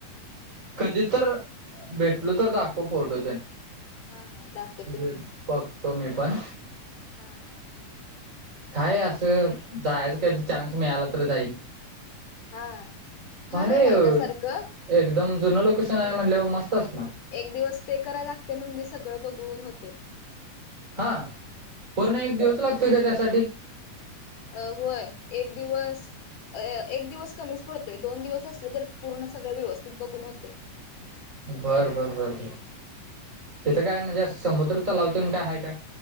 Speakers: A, on the right; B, on the left.
A: कधी तर भेटलो तर दाखव फोटो तेन.
B: हा हा दाखवतो
A: म्हणजे
B: की
A: बघतो मी पण.
B: हा हा-
A: काय असं जायच कधी चान्स मिळाला तर जाईल.
B: हा छान आहे
A: आहे
B: बघण्यासारखं.
A: एकदम जुनं लोकेशन आहे म्हणल्याव मस्त असणार.
B: एक दिवस स्टे कराय लागतंय म्हणजे सगळं बघून होतंय.
A: हा पूर्ण एक दिवस लागतोय का त्यासाठी?
B: अ होय एक दिवस एक दिवस कमीच पडतोय दोन दिवस असले तर पूर्ण सगळं व्यवस्थित बघून होतंय
A: बर बर बर बर तिथं काय
B: त्यामुळे
A: म्हणजे समुद्र तलावतेन काय आहे काय?